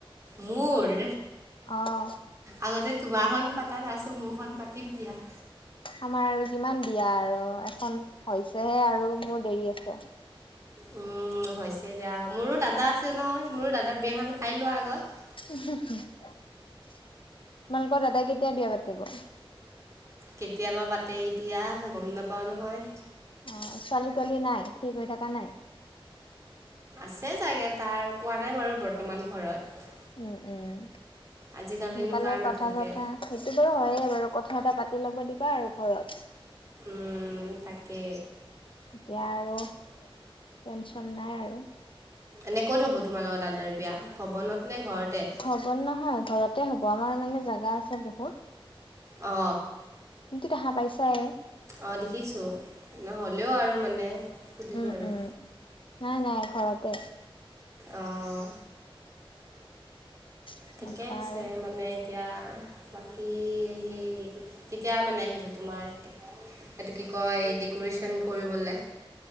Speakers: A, on the right; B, on the left.
A: মোৰ
B: অহ।
A: আগতে তোমাৰখন পাতা তাৰপিছত মোৰখন পাতিম দিয়া।
B: আমাৰ আৰু কিমান বিয়া আৰু এখন হৈছেহে আৰু মোৰ দেৰি আছে।
A: উম হৈছে এ দিয়া। মোৰো দাদা আছে নহয় মোৰো দাদা বিয়াখন খাই লোৱা আগত।
B: তোমালোকৰ দাদাই কেতিয়া বিয়া পাতিব?
A: কেতিয়াবা পাতে এতিয়া গম নাপাও নহয়।
B: অ ছোৱালী-থৱালী নাই, ঠিক হৈ থাকা নাই?
A: আছে চাগে তাৰ কোৱা নাই বাৰু বৰ্তমান ঘৰত।
B: উম উম।
A: আজিকালিনো
B: সোনকালে
A: কাৰ নাথাকে
B: কথা-চথা সেইটো বাৰু হয় বাৰু, কথা-চথা পাতি ল'ব দিবা আৰু ঘৰত। <inaudible>
A: উ তাকে।
B: এতিয়া আৰু টেনচন নাই আৰু।
A: এনে ক'ত হব তোমাৰ লগত দাদাৰ বিয়া? ভৱনত নে ঘৰতে
B: ভবন নহয় ঘৰতে হ'ব আমাৰ মানে জোগা আছে বহুত।
A: অ।
B: তুমিতো দেখা পাইছাই।
A: অ দেখিছো নহ'লেও আৰু মানে সুধিলো
B: উম
A: আৰু।
B: উম নাই নাই ঘৰতে।
A: অঁ
B: এনেকুৱা
A: ঠিকে আছে
B: আৰু
A: মানে এতিয়া বাকী সেই কেতিয়া মানে আহিব তোমাৰে এইটো কি কয় ডেক'ৰেচন কৰিবলে।